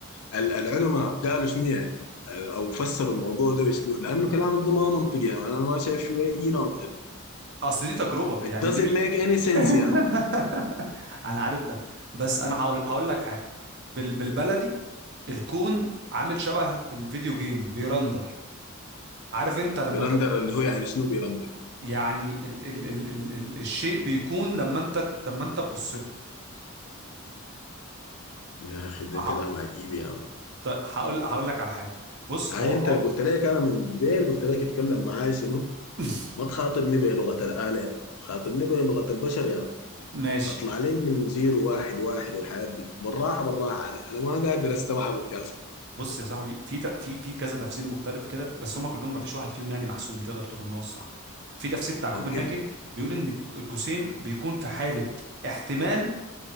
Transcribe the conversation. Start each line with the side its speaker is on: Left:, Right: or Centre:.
Left: ال- العلماء قالوا شنو يعني او فسروا الموضوع ده بشنو لانه كلامك ده ما منطقي يا مان انا ما شايف فيه اي نوع من ال
Right: اصل دي تجربه
Left: it
Right: يعني
Left: doesn't
Right: دي مش
Left: make any sense
Right: <laughs>
Left: يا مان
Right: انا عارف ده بس انا هقول هقول لك حاجه بال بالبلدي الكون عامل شبه الفيديو جيم بيرندر عارف انت لما
Left: بيرندر
Right: تب...
Left: اللي هو يعني شنو بيرندر دي؟
Right: يعني ال ال ال ال ال الشيء بيكون لما انت لما انت تبص
Left: يا اخي ده
Right: له
Left: كلام عجيب يا مان
Right: طيب هقول هقول لك على حاجه بص
Left: هاي
Right: هو هو
Left: انت قلت لك انا من جبال قلت لك اتكلم معاي شنو
Right: <laughs>
Left: ما تخاطبني بلغة الآلة يا مان خاطبني بلغة البشر يا مان
Right: ماشي
Left: اطلع لي من زيرو واحد واحد والحياة دي بالراحة بالراحة علي انا ما قادر استوعبك يا اصلا
Right: بص يا صاحبي في ت- في في كذا تفسير مختلف كده بس هما كلهم ما فيش واحد فيهم يعني محسوم تقدر تقول ان هو الصح في تفسير بتاع كوبنهاجن
Left: اوكي
Right: بيقول ان الجسيم بيكون في حاله احتمال